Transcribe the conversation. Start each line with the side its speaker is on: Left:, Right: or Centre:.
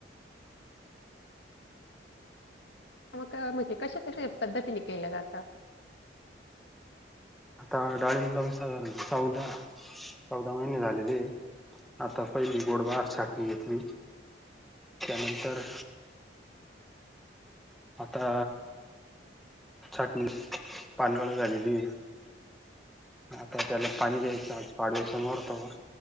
Left: हो का म्हणजे कशाच्या पद्धतीने केल जात?
Centre: आता डाळींब लावून साधारण चौदा. चौदा महिने झालेले. आता पहिली गोडबार छाटणी घेतली. त्यानंतर आता छाटणी पानघळ झालेली आहे. आता त्याला पाणी द्यायचं आज पाडव्याच्या मुहुर्तावर.